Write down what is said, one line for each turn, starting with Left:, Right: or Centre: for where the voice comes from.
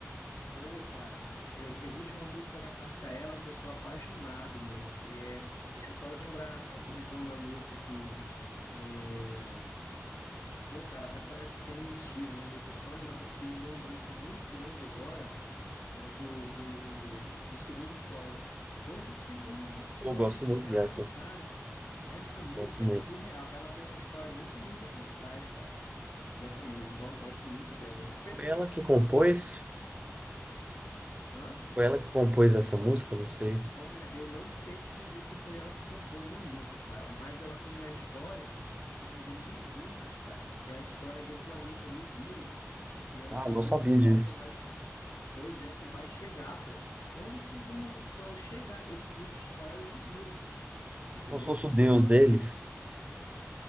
Left: pô, cara, eu- existe uma música da Cássia Eller que eu sou apaixonado, mano, que é, deixa eu só lembrar o refrão da música que, é, pô, cara, até parece que é mentira, né? Deixa eu só lembrar, porque me deu um branco muito grande agora, é, do, do, do Segundo Sol. Quando o Segundo Sol
Right: Eu gosto
Left: chegar,
Right: muito dessa.
Left: cara, essa música
Right: Gosto muito.
Left: é surreal. Ela tem uma história muito linda por trás, cara, dessa música. Eu gosto muito dela. Infelizmente
Right: Foi ela que
Left: ela
Right: compôs?
Left: se foi, né? Mas. Hã?
Right: Foi ela que compôs essa música? Não sei.
Left: Olha, eu não sei te dizer se foi ela que compôs a música, cara, mas ela tem uma história que vem dos Incas, cara, que é a história de um planeta Nibiru, que é o
Right: Ah,
Left: segundo
Right: não sabia
Left: sol
Right: disso.
Left: que vai Pois é que vai chegar, pô. Quando o segundo sol chegar, o segundo sol é o Nibiru, pô. Entendeu?
Right: como se fosse o
Left: Então
Right: deus
Left: ela
Right: deles,
Left: fez.